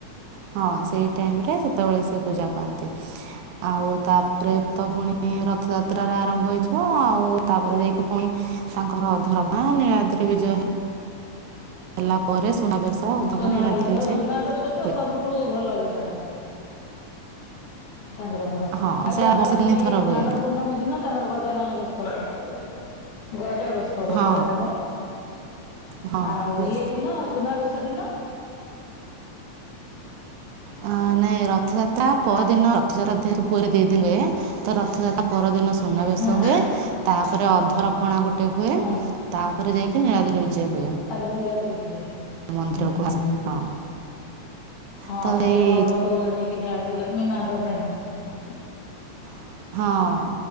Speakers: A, on the right; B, on the left.
A: ହଁ ସେଇ ଟାଇମ ରେ ସେତବେଳେ ସେ ପୂଜା ପାଆନ୍ତି। ଆଉ ତାପରେ ତ ପୁଣି ଉଁ ରଥଯାତ୍ରାର ଆରମ୍ଭ ହୋଇଥିବ ଆଉ ତାପରେ ଯାଇକି ପୁଣି ତାଙ୍କ ଅଧର ପଣା ନିଳାଦ୍ରୀ ବିଜୟ ହେ ହେଲାପରେ ସୁନାବେଶ। ଅଧରପଣା
B: ସୁନାବେଶ
A: ନୀଳାଦ୍ରି ବିଜେ
B: ସୁନାବେଶ ଟା
A: ହୁଏ।
B: ସବୁଠୁ ଭଲ ବେଶ ଟା <inaudible> ତାଙ୍କର ଘର
A: ହଁ
B: ଆଉ
A: ସେଟା
B: ଯ ଆମର
A: ବର୍ଷେ ତିନି
B: ଯୋଉ ଇଏ
A: ଥର
B: ସ୍ନାନ
A: ହୁଏ
B: ପୂର୍ଣ୍ଣମୀ ଦିନ ତାଙ୍କର ଗ ଜାନନ ବେଶ ଗ ଏ ବେଶ ହବ
A: ହଁ
B: କୁଆଡେ ତାଙ୍କର
A: ହଁ
B: ଆଉ
A: ହୁଏ।
B: ଇଏ ଦିନ ସୁନାବେଶ। ସେଦିନ
A: ଅ ନାଇଁ ରଥଯାତ୍ରା ପରଦିନ ରଥ <unintelligible> ପୁଅରେ ଦି ଦିନ ହୁଏ ତ ରଥଯାତ୍ରା ପର ଦିନ ସୁନାବେଶ
B: ହଁ
A: ହୁଏ। ତାପରେ ଅଧରପଣା ଗୋଟେ ହୁଏ।
B: ହଁ
A: ତାପରେ ଯାଇକି ନୀଳାଦିରିି ବିଜୟ ହୁଏ।
B: ତାପରେ ନିଳାଦ୍ରୀ ବିଜେ।
A: ମନ୍ଦିର
B: ହୁଁ
A: <unintelligible>
B: ହୁଁ
A: ହଁ।
B: ହଁ
A: ତ
B: ଠାକୁର
A: ଏଇ
B: କଣ ରସଗୋଲା ନେଇକି ଯାଆନ୍ତି ଲକ୍ଷ୍ମୀ ମାଙ୍କ ପାଇଁ।
A: ହଁ।